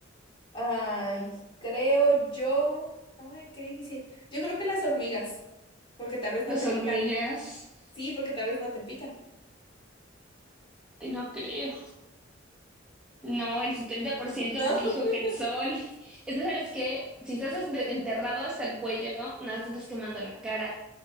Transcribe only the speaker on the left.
Ay, creo yo. Ay, qué difícil. Yo creo que las hormigas, porque
tal vez no
te pican.
Sí, porque tal vez no te pican.
No.
<laughs>